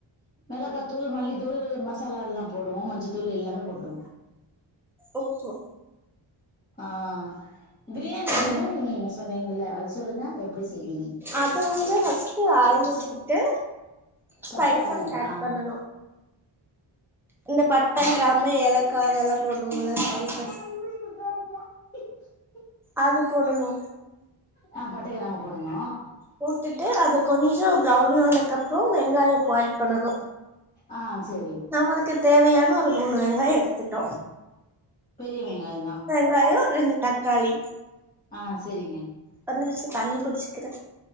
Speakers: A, on the left (about 20°); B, in the centre.
A: மிளகாத்தூள் மல்லித்தூள் மசாலா இதெல்லா போடுவோ மஞ்சத்தூள் எல்லாமே போட்ருவோ
B: ஓப்போ
A: ஆ பிரியாணி பிரியாணி
B: ம்
A: நீங்க சொன்னீங்கல்ல அது சொல்லுங்க எப்டி செய்வீங்கன்
B: அது வந்து ஃபஸ்ட்டு ஆயில் ஊத்திகிட்டு ஸ்பைசஸ்
A: ஃபர்ஸ்ட்டு ஆயில்
B: ஆட்
A: ஆ
B: பண்ணணு இந்த பட்ட கிராமு ஏலக்கா அதெல்லா போட்ணுமுல்ல ஸ்பைசஸ்
A: உ
B: அது போடணு
A: ஆ பட்ட கிராம்பு போடணு
B: போட்டுட்டு அது கொஞ்சோ பிரவுன் ஆனக் அப்றோ வெங்காயோ இப் ஆட் பண்ணணு
A: ஆ செரி
B: நம்முளுக்கு தேவையான ஒரு மூணு வெங்காயோ எடுத்துட்டோ
A: பெரிய வெங்காயந்தா
B: ங்காயோ ரெண்டு தக்காளி
A: ஆ செரிங்க
B: ஒர் நிம்ஷோ தண்ணி குடிச்சுக்கிறே